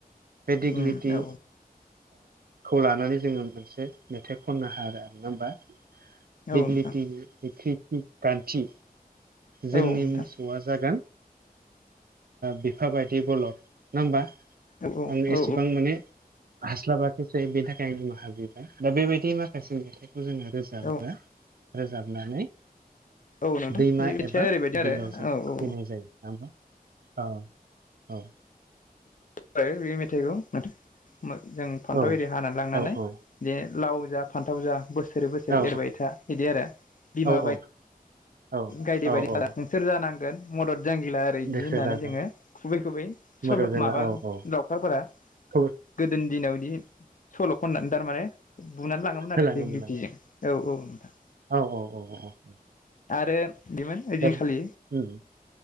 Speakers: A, on the right; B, on the left.
A: बे दिगलिलिथि
B: उम औ
A: खौ लानानै जोङो मोनसे मेथाइ खननो हादों नङा होमबा?
B: औ
A: दिगलिटि
B: नोंथां
A: ख्रि ख्रि गान्थि जोंनि
B: औ नोंथां
A: मुस सौवा जागोन बिफा बायदि बलद नङा होमबा?
B: औ औ
A: आंने एसेबां
B: औ
A: माने हास्लाबाखैसै बेनि थाखाय आं निमाहा बिबाय दा बेबायदि माखासे मेथाइखौ जोङो रोजाबो।
B: औ
A: रोजाबनानै
B: औ नोंथां
A: दैमा
B: बे मिथिया
A: एबा
B: ओरैबायदि
A: बिलोआव जों
B: आरो
A: बिलोयाव जों थुखैनाय
B: औ
A: जायो नङा होमबा। औ औ
B: बे मेथाइखौ माथो जों फान्थाव
A: औ
B: एरि हानानै लांनानै
A: औ औ
B: जे लाव जा फानथाव जा बोसोरै बोसोर
A: औ
B: एरबाय था इदि आरो बिमा
A: औ
B: बाय
A: औ
B: गायदे बायदि
A: औ औ
B: नोंसोर जानांगोन मदद जांगिला। ओ बिदि
A: दोखो
B: होननानै
A: दाजा
B: जोङो खुबै खुबै सल'
A: मोदो जोला
B: माबा
A: औ औ
B: लावखारफोरा
A: खौ
B: गोदोनि दिनाव बिदि सल' खननानै थारमाने बुनानै लाङोमोन
A: होलाङोमोन
B: आरो दगलिटिजों। औ औ नोंथां।
A: औ औ औ औ
B: आरो बेमोन ओइदिनखालि
A: दा उम